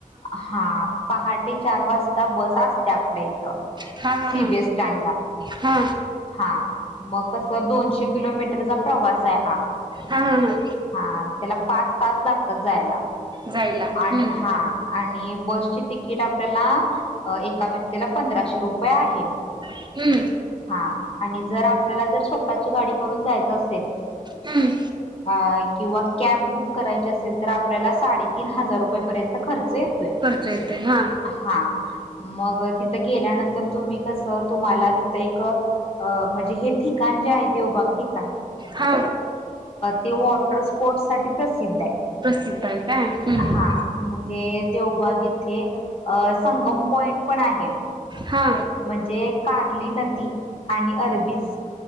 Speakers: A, on the left; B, on the right.
A: हा पहाटे चार वाजता बस अस त्या आपल्या इथं
B: हा हा
A: सीबीएस
B: हा
A: स्टँडला.
B: हा
A: हा मग कस दोनशे किलोमीटरचा प्रवास आहे हा,
B: हा हा हा
A: हा त्याला पाच तास लागतात जायला,
B: जायला हम्म
A: आणि हा आणि तीट आपल्याला एका व्यक्तीला पंधराशे रुपये आहे,
B: हम्म
A: हा आणि जर आपल्याला जर स्वतःची गाडी करून जायच असेल,
B: हम्म
A: अ किंवा कॅब बुक करायची असेल तर आपल्याला साडेतीन हजार रुपयेपर्यंत खर्च येतोय.
B: येतंय हा.
A: हा मग तिथं गेल्यानंतर तुम्ही कस तुम्हाला तिथं एक म्हणजे हे ठिकाण, जय देऊ बाकी चा
B: हा
A: ते वॉटर स्पोर्ट साठी प्रसि िद्ध आहे
B: प्रसिद्ध आहे काय हम्म हम्म
A: हा म्हणजे, देवबाग इथे अ संगम पॉइंट पण आहे,
B: हा
A: म्हणजे कारली नदी आणि अरबी